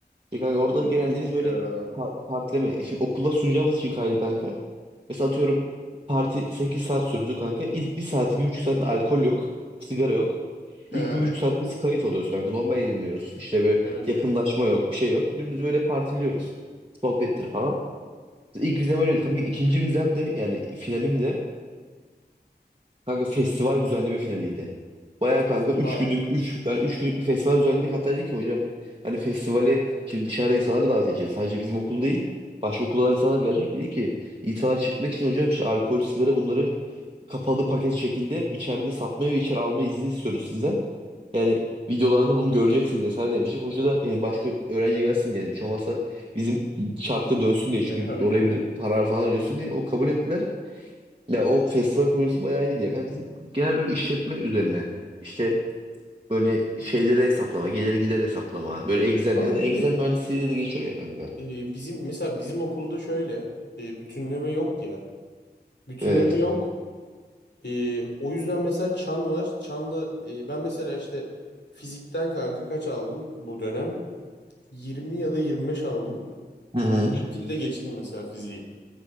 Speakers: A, on the right; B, on the left.
A: Ya kanka orada genelde
B: İlginç
A: biz böyle
B: ya.
A: par- partileme. Şimdi okula sunacağımız için kaydı kanka. Mesela atıyorum parti 8 saat sürdü kanka. İlk bir saati, bir buçuk saatinde alkol yok. Sigara yok.
B: He.
A: İlk bir buçuk saatte biz kayıt alıyoruz kanka. Normal eğleniyoruz. İşte böyle
B: Evet.
A: yakınlaşma yok, bir şey yok. Dümdüz böyle partiliyoruz. Sohbettir falan. İlk vizem öyleydi kanka. İkinci vizem de yani finalim de Kanka festival düzenleme finaliydi. Baya kanka
B: Festival.
A: 3 günlük 3 yani üç günlük bir festival düzenledik. Hatta dedi ki hocam hani festivale şimdi dışarıda insanları davet edeceğiz. Sadece bizim okul değil. Başka okullardan insanlar gelecek. Dedi ki insanlar çekmek için hocam işte alkol, sigara bunları kapalı paket şekilde içeride satmayı ve içeri alma izni istiyoruz sizden. Yani videolarda bunu göreceksiniz vesaire demiştik. Hoca da yani başka öğrenci gelsin diye. Yani hiç olmazsa bizim çarkta dönsün diye. Çünkü
B: E tabii
A: oraya
B: canım.
A: bir karar falan diyorsun diye. O kabul ettiler. Ya o festival projesi bayağı iyiydi ya. Kanka bizim genel bir işletme üzerine. İşte böyle şeyleri hesaplama, gelir gider hesaplama. Böyle Excel
B: Kanka
A: ya da
B: bir
A: Excel
B: de
A: mühendisliği diye de geçiyor ya kanka.
B: e, bizim mesela bizim okulda şöyle e, bütünleme yok ya. Bütünleme
A: Evet.
B: yok. E, o yüzden mesela çan var. Çanla e, ben mesela işte fizikten kanka kaç aldım bu dönem? 20 ya da 25 aldım.
A: Hı hı.
B: O şekilde geçtim mesela fiziği.